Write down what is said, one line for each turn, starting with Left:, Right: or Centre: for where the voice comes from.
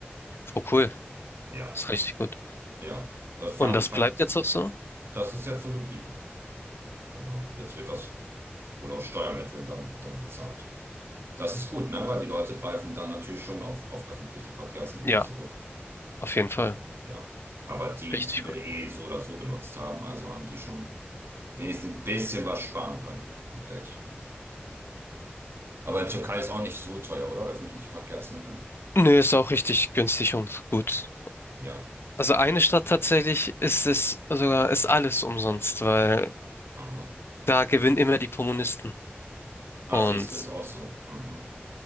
Left: Oh, cool.
Right: Ja,
Left: Ist richtig gut.
Right: ja, das fand
Left: Und das
Right: ich, fand,
Left: bleibt jetzt auch so?
Right: das ist jetzt so geblieben. Genau, jetzt wird das wohl aus Steuermitteln dann, dann bezahlt. Das ist gut, ne? Weil die Leute greifen dann natürlich schon auf, auf öffentliche Verkehrsmittel
Left: Ja,
Right: zurück.
Left: auf jeden Fall.
Right: Ja, aber die
Left: Richtig
Right: viele
Left: gut.
Right: eh so oder so genutzt haben, also haben die schon. wenigstens ein bisschen was sparen können an Geld. Aber in Türkei ist auch nicht so teuer, oder? Öffentliche Verkehrsmittel.
Left: Nö, ist auch richtig günstig und gut.
Right: Ja.
Left: Also eine Stadt tatsächlich ist es sogar, ist alles umsonst, weil
Right: Aha.
Left: da gewinnen immer die Kommunisten.
Right: Ah,
Left: Und
Right: siehst du, ist auch so. Mhm.